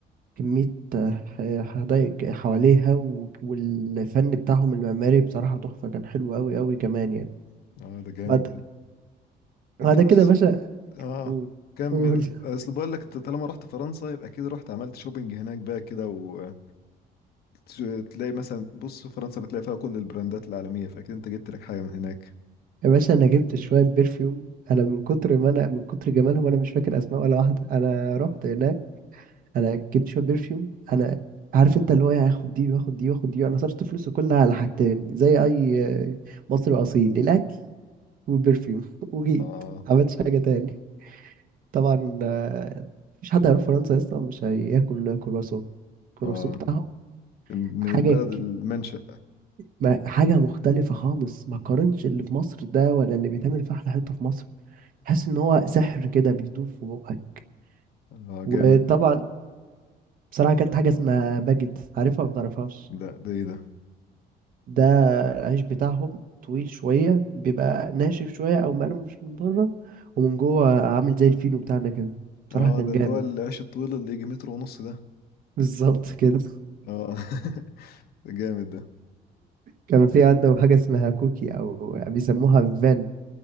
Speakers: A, on the right; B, on the left.
A: كمية ح- حدائق حواليها و- والفن بتاعهم المعماري بصراحة تحفة كان حلو أوي أوي كمان يعني
B: اه ده جامد
A: بعد
B: ده
A: بعد
B: انت بص
A: كده يا باشا
B: اه
A: قول
B: كمل
A: قول <laughs>
B: اصل بقول لك انت طالما رحت فرنسا يبقى اكيد رحت عملت شوبينج هناك بقى كده و... ت- تلاقي مثلا بص فرنسا بتلاقي فيها كل البراندات العالمية فأكيد أنت جبت لك حاجة من هناك
A: يا باشا أنا جبت شوية برفيوم أنا من كتر ما أنا من كتر جمالهم أنا مش فاكر أسماء ولا واحدة أنا رحت هناك أنا جبت شوية برفيوم أنا عارف انت اللي هو ايه هاخد دي واخد دي واخد دي انا صرفت فلوسي كلها على حاجتين زي اي آه، مصري اصيل الاكل وبرفيوم <laughs> وجيت
B: آه
A: عملتش حاجة تاني طبعا آه، مفيش حد هيروح فرنسا اصلا مش هياكل كرواسون الكرواسون
B: آه
A: بتاعهم
B: من
A: حاجة
B: البلد
A: ك-
B: المنشأ
A: ما- حاجة مختلفة خالص ما قارنش اللي في مصر ده ولا اللي بيتعمل في أحلى حتة في مصر تحس إن هو سحر كده بيدوب في بقك
B: آه جامد
A: وطبعا بصراحة أكلت حاجة اسمها باجيت عارفها ولا متعرفهاش
B: لا ده إيه ده
A: ده العيش بتاعهم طويل شوية بيبقى ناشف شوية أو مقرمش من بره ومن جوه عامل زي الفينو بتاعنا كده بصراحة
B: آه
A: كان
B: ده
A: جامد
B: اللي هو العيش الطويل اللي يجي متر ونص ده
A: بالظبط كده
B: آه <laughs> جامد ده
A: كان في عندهم حاجة اسمها كوكي أو بيسموها فان